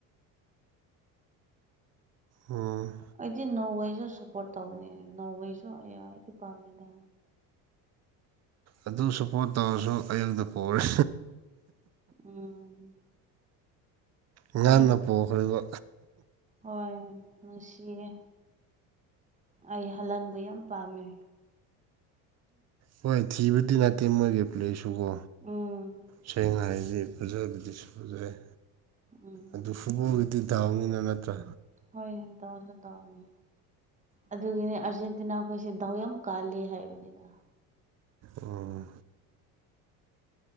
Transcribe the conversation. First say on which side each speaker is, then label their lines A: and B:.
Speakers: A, on the right; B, on the right.
A: ꯎꯝ
B: ꯑꯩꯗꯤ ꯅꯣꯔꯋꯦꯁꯨ ꯁꯞꯄꯣꯔꯠ ꯇꯧꯕꯅꯤ ꯅꯣꯔꯋꯦꯁꯨ ꯑꯌꯥ ꯑꯩꯗꯤ ꯄꯥꯝꯃꯦꯗ꯫
A: ꯑꯗꯨ ꯁꯞꯄꯣꯔꯠ ꯇꯧꯔꯁꯨ ꯑꯌꯨꯛꯇ ꯄꯣꯔꯦ꯫
B: ꯎꯝ
A: ꯉꯟꯅ
B: ꯌꯥꯝ
A: ꯄꯣꯈ꯭ꯔꯦꯕ꯫
B: ꯍꯣꯏ ꯅꯨꯡꯁꯤꯌꯦ꯫ ꯑꯩ ꯍꯜꯂꯟꯕꯨ ꯌꯥꯝ ꯄꯝꯃꯦ꯫
A: ꯍꯣꯏ ꯊꯤꯕꯗꯤ ꯅꯠꯇꯦ ꯃꯣꯏꯒꯤ ꯄ꯭ꯂꯦꯁꯨꯀꯣ
B: ꯎꯝ
A: ꯁꯦꯡꯅ ꯍꯥꯏꯗꯤ꯫ ꯐꯖꯕꯤꯗꯨꯁꯨ ꯐꯖꯩ꯫
B: ꯎꯝ
A: ꯑꯗꯨꯁꯨꯕꯨ ꯗꯤ ꯗꯥꯎꯅꯤꯅ ꯅꯠꯇ꯭ꯔꯥ?
B: ꯍꯣꯏ ꯇꯧꯁꯨ ꯇꯧꯅꯤ ꯑꯗꯨꯒꯤꯅꯦ ꯑꯥꯔꯖꯦꯟꯇꯤꯅ ꯈꯣꯏꯁꯦ ꯗꯥꯎ ꯌꯥꯝ ꯀꯜꯂꯦ ꯍꯥꯏꯕꯅꯤꯗ꯫
A: ꯑꯣ